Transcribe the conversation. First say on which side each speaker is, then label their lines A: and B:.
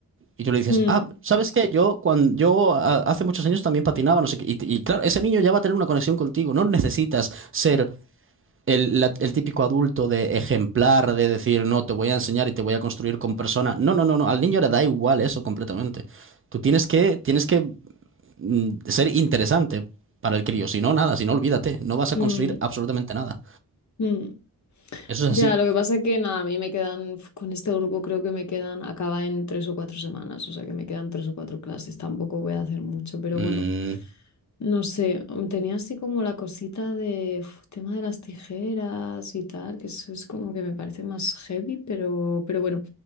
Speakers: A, on the right (about 35°); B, on the left (about 50°).
A: Y tú le dices,
B: mm,
A: ah, ¿sabes qué? Yo, cuando, yo a- hace muchos años también patinaba, no sé qué. Y, y claro, ese niño ya va a tener una conexión contigo. No necesitas ser el, la- el típico adulto de ejemplar, de decir, no, te voy a enseñar y te voy a construir con persona. No, no, no, no. Al niño le da igual eso completamente. Tú tienes que, tienes que mm, ser interesante para el crío. Si no, nada, si no, olvídate. No vas a
B: mm,
A: construir absolutamente nada.
B: mm.
A: Eso es
B: Ya,
A: así.
B: lo que pasa es que nada, a mí me quedan, uf, con este grupo creo que me quedan, acaba en tres o cuatro semanas, o sea que me quedan tres o cuatro clases, tampoco voy a hacer mucho, pero
A: Mm,
B: bueno. No sé, mm, tenía así como la cosita de uf, tema de las tijeras y tal, que eso es como que me parece más heavy, pero, pero bueno,